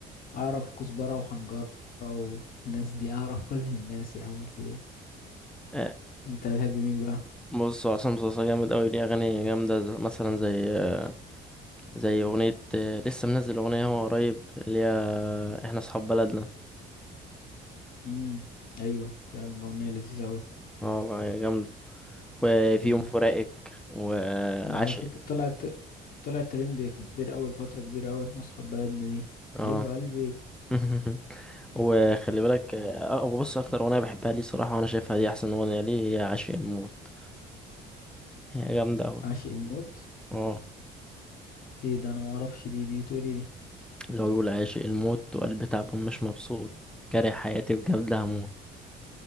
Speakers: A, on the left (about 60°); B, in the centre.
A: اعرف كزبرة وحنجرة والناس دي اعرف كل الناس يا عم في ايه
B: آه،
A: انت بتحب مين بقى
B: بص هو عصام صوصه جامد قوي ليه اغاني جامده ز- مثلا زي آه، زي اغنية آه، لسه منزل اغنية هو قريب اللي هي احنا اصحاب بلدنا
A: امم ايوه فعلا اغنية لذيذة اوي
B: اه والله جامدة وفي
A: امم
B: يوم فراقك وعاشق
A: ما على فكرة طلعت طلعت ترند كبير اوي لفترة كبيرة اوي احنا اصحاب بلدنا دي حبيب
B: اه
A: قلبي
B: <laughs> وخلي بالك آه، آه، بص اكتر اغنية بحبها ليه صراحة وانا شايفها دي احسن اغنية ليه هي عاشق الموت هي جامدة اوي
A: عاشق الموت
B: اه
A: ايه ده انا ما اعرفش دي دي بتقولي دي
B: لو يقول عاشق الموت وقلبي تعبان مش مبسوط كاره حياتي بجد هموت